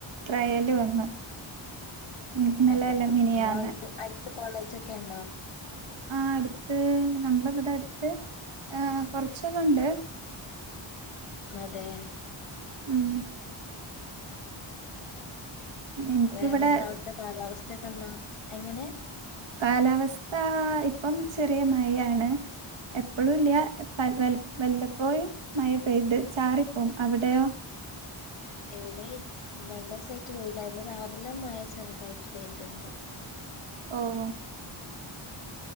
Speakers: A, on the right (about 65°); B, on the left (about 80°).
A: ട്രയല് വന്നു ഇന്നലെ
B: അതെയ
A: അല്ല മിനിയാന്ന്
B: നിങ്ങ അടുത്ത് അടുത് കോളേജൊക്കെണ്ടോ
A: ആ അടുത്ത് നമ്മള ഇവടെ അടുത്ത് ഏ കൊറച്ചകൊണ്ട്
B: അതെ
A: ഉം എനിക്കിവിടെ
B: വേറെന്താ അവിടെത്തെ കാലാവസ്ഥക്കെ എന്താ എങ്ങനെ
A: കാലാവസ്ഥ ഇപ്പം ചെറിയ മയാണ് എപ്പഴുല്ല വല്ലപ്പോയും മഴ പെയ്ത് ചാറിപ്പോവു അവിടെയോ
B: ഇവിടെ ഇ മ് രണ്ട്സായിട് വെയില ഇന്ന് രാവിലെ മഴ ചെറുതായിട്ട് പെയ്തിണ്ട്
A: ഓഹ്